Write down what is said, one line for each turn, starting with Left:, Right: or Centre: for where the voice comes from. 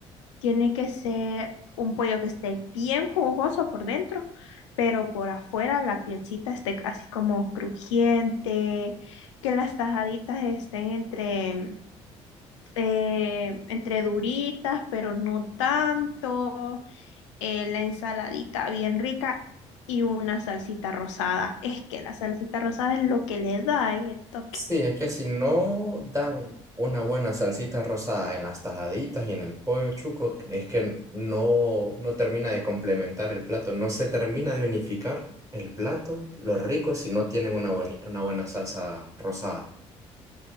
Left: tiene que ser un pollo que esté bien jugoso por dentro, pero por afuera la piecita esté así como crujiente, que las tajaditas estén entre eh, entre duritas, pero no tanto, eh, la ensaladita bien rica y una salsita rosada. Es que la salsita rosada es lo que le da ahí el toque.
Right: Sí, es que si no dan una buena salsita rosada en las tajaditas y en el pollo chuco, es que no, no termina de complementar el plato, no se termina de unificar el plato, los ricos si no tienen una, bueni- una buena salsa rosada.